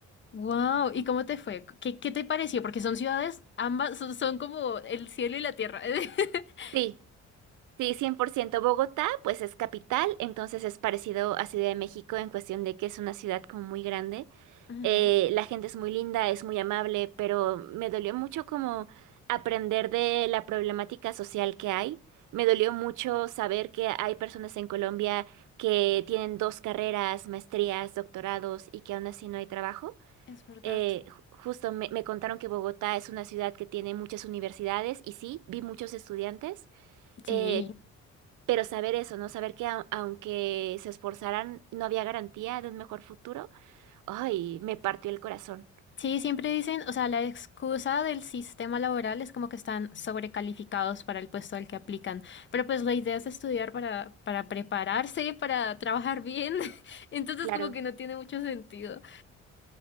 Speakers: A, on the left; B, on the right.
A: Wow, ¿y cómo te fue? ¿Qué, qué te pareció? Porque son ciudades, ambas son, son como el cielo y la tierra. <laughs>
B: Sí, sí, 100% Bogotá, pues es capital, entonces es parecido a Ciudad de México en cuestión de que es una ciudad como muy grande.
A: Ujú,
B: Eh, la gente es muy linda, es muy amable, pero me dolió mucho como aprender de la problemática social que hay. Me dolió mucho saber que hay personas en Colombia que tienen dos carreras, maestrías, doctorados y que aún así no hay trabajo.
A: Es verdad.
B: Eh, ju- justo me, me contaron que Bogotá es una ciudad que tiene muchas universidades y sí, vi muchos estudiantes,
A: Sí.
B: eh, pero saber eso, ¿no? Saber que au- aunque se esforzaran, no había garantía de un mejor futuro, ay, me partió el corazón.
A: Sí, siempre dicen, o sea, la excusa del sistema laboral es como que están sobrecalificados para el puesto al que aplican, pero pues la idea es estudiar para, para prepararse, para trabajar bien, <laughs> entonces
B: Claro.
A: como que no tiene mucho sentido.